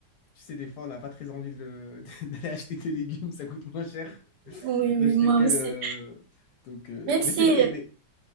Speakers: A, on the left; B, on the right.
A: tu sais, des fois, on n'a pas très envie de le- <laughs> d'aller acheter des légumes. Ça coûte moins cher
B: Oui, oui,
A: d'acheter
B: moi
A: que.
B: aussi.
A: euh, donc, euh,
B: Même si
A: mais c'est vrai. Mais